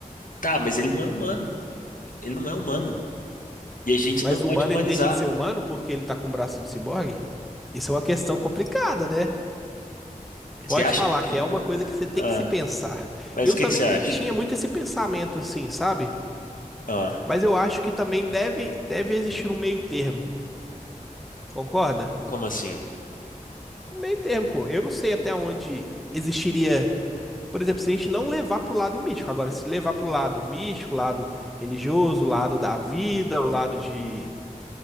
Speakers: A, on the left; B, in the centre.
A: tá, mas ele não é humano. Ele não é humano. E a gente
B: Mas
A: não pode
B: o humano,
A: humanizar.
B: ele deixa de ser humano porque ele tá com o braço de ciborgue? Isso é uma questão complicada, né? Pode
A: Você acha
B: falar
A: que.
B: que é uma coisa que você tem
A: Ah,
B: que se pensar.
A: mas
B: Eu
A: o que
B: também
A: que você acha?
B: te- tinha muito esse pensamento assim, sabe?
A: Ah,
B: Mas eu acho que também deve, deve existir um meio termo, concorda?
A: como assim?
B: Um meio termo, pô. Eu não sei até onde existiria. Por exemplo, se a gente não levar pro lado místico. Agora, se levar pro lado místico, lado religioso, lado da vida, o lado de,